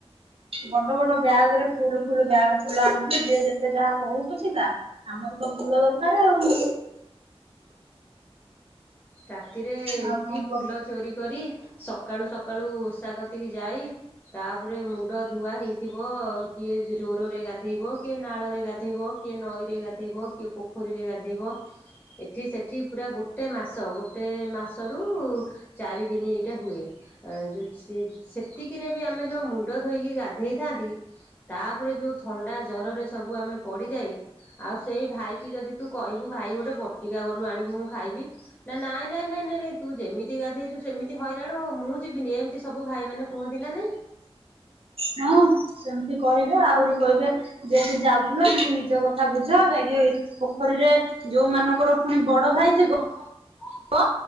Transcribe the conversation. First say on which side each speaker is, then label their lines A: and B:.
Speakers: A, on the right; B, on the left.
A: ବଡ ବଡ ବ୍ୟାଗ ରେ ଫୁଲ ଫୁଲ ବ୍ୟାଗ ଫୁଲ ଆଣିଥିଲେ ଯି ଯେତେ ଯାହା କହୁ ପଛିକା। ଆମର ତ ଫୁଲ ଦରକାର ଆଉ।
B: ରାତିରେ
A: ଆଉ
B: ଉଠି
A: କଣ କୁହ?
B: ଫୁଲ ଚୋରି କରି ସକାଳୁ ସକାଳୁ ଓଷା କରତିକି ଯାଇ। ତାପରେ ମୁଣ୍ଡ ଧୁଆ ହେଇଥିବ କିଏ ଜୋରରେ ଗାଧେଇବ କିଏ ନାଳରେ ଗାଧେଇବ। କିଏ ନଈରେ ଗାଧେଇବ କିଏ ପୋଖରୀରେ ଗାଧୋଇବ ଏଠି ସେଠି ପୁରା ଗୋଟେ ମାସ ଗୋଟେ ମାସରୁ ଚାରି ଦିନ ଏଇଟା ହୁଏ ଯେଉ ଯଦି ସେତିକିରେ ବି ଆମେ ଯୋଉ ମୁ ମୁଣ୍ଡ ଧୋଇକି ଗାଧେଇଥାନ୍ତି ତାପରେ ଯୋଉ ଥଣ୍ଡା ଜରରେ ସବୁ ଆମେ ପଡିଯାଇ ଆଉ ସେଇ ଭାଇ କି ଯଦି ତୁ କହିବୁ ଭାଇ ଗୋଟେ ବଟିକା ଗଲୁ ଆଣିବୁ ମୁଁ ଖାଇବି ନା ନାଇଁ ନାଇଁ ନାଇଁ ନାଇଁ ନାଇଁ ତୁ ଯେମିତି ଗାଧେଇଚୁ ସେମିତି ହଇରାଣ ହୋ ମୁଁ ଯିବିନି ଏମିତି ସବୁ ଭାଇ ମାନ କୁହନ୍ତି ନା ନାଇଁ?
A: ହଁ ସେମିତି କହିବେ ଆହୁରି କହିବେ ଯେମତି ଯାଉଥିଲ ସେମିତି ନିଜ କଥା ବୁଝ ଯାଇିକି ପୋଖରୀରେ ଯୋଉ ମାନଙ୍କର ପୁଣି ବଡ ଭାଇ ଥିବ
B: <unintelligible>
A: ତ